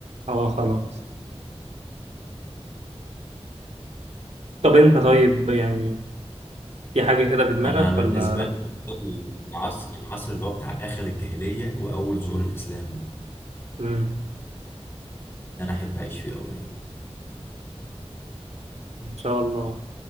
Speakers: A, on the right; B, on the left.
A: اه خلاص طب أنت طيب يعني في حاجة كده في دماغك
B: انا بالنسبه
A: ولا لأ؟
B: لي العصر العصر اللي هو بتاع اخر الجاهليه واول ظهور الاسلام ده
A: مم.
B: ده انا احب اعيش فيه قوي يعني
A: إن شاء الله